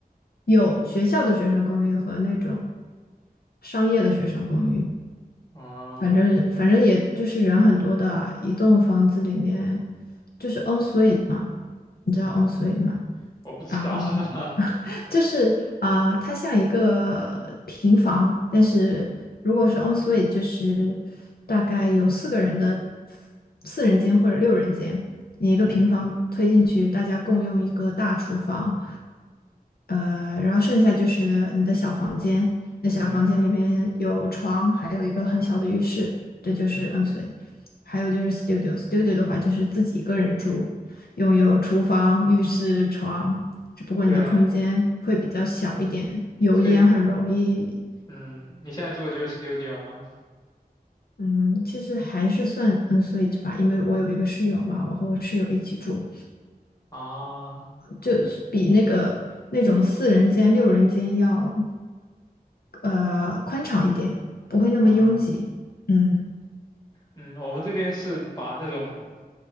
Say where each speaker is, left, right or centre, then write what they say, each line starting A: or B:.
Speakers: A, on the left; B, on the left.
A: 有学校的学生公寓和那种商业的学生公寓，
B: 啊，
A: 反正反正也就是人很多的啊一栋房子里面就是 o n suite 嘛，你知道
B: 嗯，
A: o n suite 吗？
B: 我不知道。
A: 啊，
B: <laughs>
A: <laughs> 就是啊，呃它像一个平房，但是如果是 en suite，就是大概有四个人的四人间或者六人间，你一个平房推进去，
B: 嗯
A: 大家共用一个大厨房，呃，然后剩下就是你的小房间，那小房间里面有床，
B: 嗯
A: 还有一个很小的浴室，这就是
B: 嗯，
A: en suite。还有就是 studio，studio 的话就是自己一个人住，拥有厨房、浴室、床。只不过你的空间会比较小一点，
B: 对。
A: 油烟很容易。
B: 所以嗯，你现在住的就是 studio 吗？
A: 嗯，其实还是算嗯，所以吧，因为我有一个室友嘛，我和我室友一起住，
B: 啊
A: 就是比那个那种四人间、六人间要呃宽敞一点，不会那么拥挤。
B: 啊，
A: 嗯，
B: 嗯，我们这边是把那种